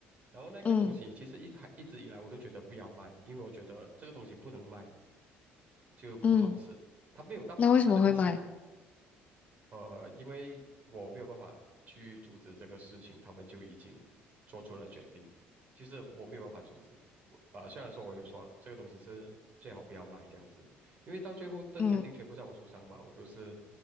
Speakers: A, on the right; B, on the left.
A: 然后那个东西其实一开一直以来我都觉得不要卖，
B: 嗯
A: 因为我觉得这个东西不能卖，就不好吃，
B: 嗯，
A: 它没有到难吃，
B: 那为什么会买？
A: 呃，因为我没有办法去阻止这个事情，他们就已经做出了决定，就是我没有办法阻止。我呃，虽然说我有说这个东西是最好不要买这样子，因为到最后的决定全部在我手上嘛，
B: 嗯。
A: 我都是，